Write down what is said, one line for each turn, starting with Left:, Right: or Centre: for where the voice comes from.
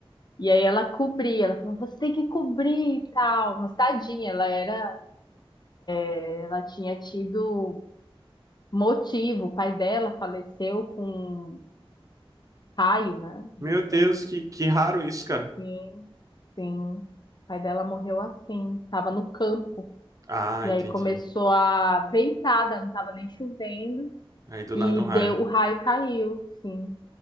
Left: E aí ela cobria, ela falou, você tem que cobrir e tal. Mas tadinha, ela era. Ela tinha tido motivo. O pai dela faleceu com raio, né? Ele
Right: Meu Deus,
Left: teve.
Right: que, que raro isso, cara.
Left: Sim, sim. O pai dela morreu assim, estava no campo.
Right: Ah,
Left: E
Right: entendi.
Left: aí começou a ventada, não estava nem chovendo.
Right: Aí do
Left: E
Right: nada um raio.
Left: deu, o raio caiu, sim.